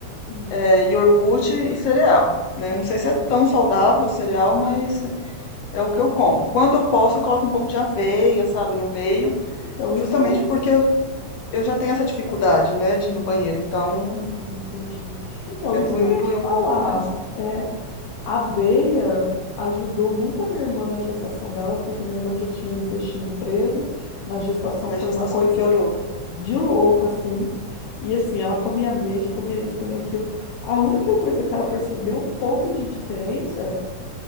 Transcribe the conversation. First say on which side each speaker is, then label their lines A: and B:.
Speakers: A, on the left; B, on the left.
A: Hum,
B: é, iogurte e cereal. Né? Não sei se é tão saudável o cereal, mas é o que eu como. Quando eu posso, eu coloco um pouco de aveia, sabe, no meio,
A: Então,
B: justamente
A: isso que eu ia...
B: porque eu já tenho essa dificuldade, né, de ir no banheiro, então
A: Ah, entendi. Então,
B: tento
A: isso que
B: incluir
A: eu ia te
B: um
A: falar.
B: pouco mais.
A: É, a aveia ajudou muito a minha irmã na gestação dela, porque minha irmã já tinha o intestino preso. Na gestação
B: Na
A: foi
B: gestação
A: uma coisa
B: piorou.
A: de louco, assim. E assim, ela comia ameixa, comia isso, comia aquilo. A única coisa que ela percebeu um pouco de diferença